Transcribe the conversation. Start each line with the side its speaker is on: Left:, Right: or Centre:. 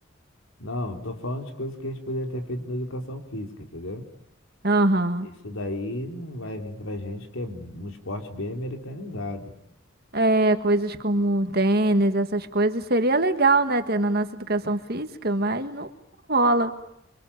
Left: Não, tô falando de coisas que a gente poderia ter feito na educação física, entendeu?
Right: Aham.
Left: Isso daí não vai vir pra gente que é um esporte bem americanizado.
Right: É, coisas como tênis, essas coisas, seria legal, né, ter na nossa educação física, mas não rola.